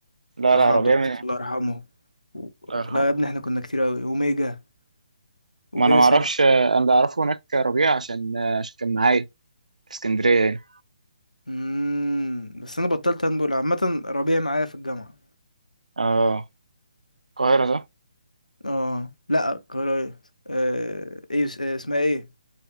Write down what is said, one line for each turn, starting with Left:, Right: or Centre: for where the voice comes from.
Right: لا
Left: اخو
Right: لا
Left: عبد
Right: ربيع
Left: اللطيف
Right: من
Left: الله يرحمه و...
Right: الله يرحمه
Left: لا يا ابني احنا كنا كتير قوي وميجا وجاسر
Right: ما انا ما اعرفش آه، انا اللي اعرفه هناك ربيع عشان آه، عشان كان معايا في اسكندريه يعني
Left: امم بس انا بطلت هاندبول عامه ربيع معايا في الجامعه
Right: اه القاهره صح
Left: اه لا قرايه آه... ايه اس- آه، اسمها ايه